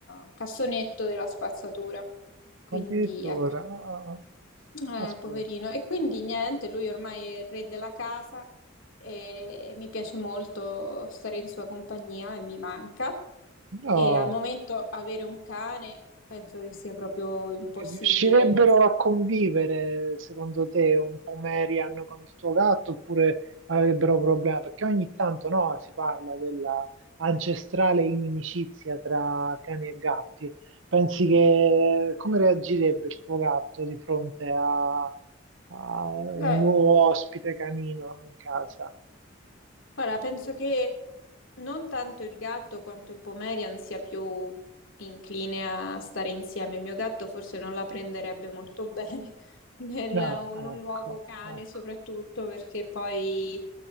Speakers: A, on the left (about 75°); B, on the right (about 70°).
A: eh, cassonetto della spazzatura. Quindi,
B: addirittura,
A: ecco,
B: ah, ah,
A: eh,
B: caspita,
A: poverino. E quindi niente, lui ormai è il re della casa e mi piace molto stare in sua compagnia e mi manca.
B: no,
A: E al momento avere un cane penso che sia proprio impossibile.
B: riuscirebbero a convivere secondo te un po' Marian con il tuo gatto oppure avrebbero problemi? Perché ogni tanto no, si parla della ancestrale inimicizia tra cani e gatti. Pensi che come reagirebbe il tuo gatto di fronte a, a un
A: Beh,
B: nuovo ospite canino in casa?
A: Guarda, penso che non tanto il gatto quanto il Pomerian sia più incline a stare insieme. Il mio gatto forse non la prenderebbe molto bene <laughs> nel,
B: Ah,
A: un, un
B: ecco,
A: nuovo cane,
B: ecco.
A: soprattutto perché poi